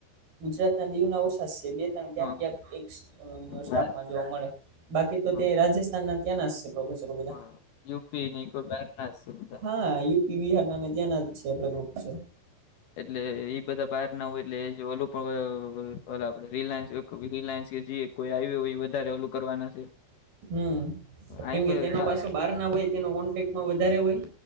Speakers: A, on the right; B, on the left.
A: ગુજરાત ના દીવના અવસા છે બે ્યાંક
B: હા
A: ક્યાંક એક સ્ટાફમાં
B: બહાર-
A: જોવા મળે, બાકી તો
B: હા
A: તે રાજસ્થાનના ત્યાંના પ્રોફેસર <unintelligible>
B: હા યુ પી ન કો બેર ના બધા.
A: હા યુપી બિહાર નામે ત્યાં ના જ છે આપડે ગ્રુપ છે.
B: એટલે એ બધા બહાર ના હોય એટલે એ ઓલું પણ ઓલો આપડે રિલાયન્સ રિલાયન્સ કે જે કોઈ આવ હોય એ વધારે ઓલું કરવાના છે.
A: હમ,
B: અહી
A: કેમકે
B: પર
A: તેના
B: સારું
A: પાસે બહાર ના હોય તેનો કોન્ટેક્ટમાં વધારે હોય.